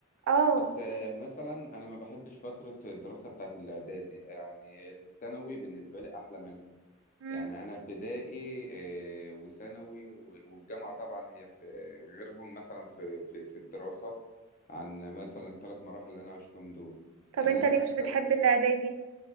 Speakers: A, on the right (about 75°); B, on the left (about 35°).
A: اه
B: بس آه، مثلا انا ما بحبش فترة الدراسة بتاعت الاعدادي يعني الثانوي بالنسبة لي احلى منها
A: مم.
B: يعني انا ابتدائي آه، وثانوي و- والجامعة طبعا هي في غيرهم مثلا في في في الدراسة عن مثلا الثلاث مراحل اللي انا عشتهم دول
A: طب
B: يعني
A: انت
B: انا
A: ليه
B: في السنة
A: مش بتحب الإعدادي؟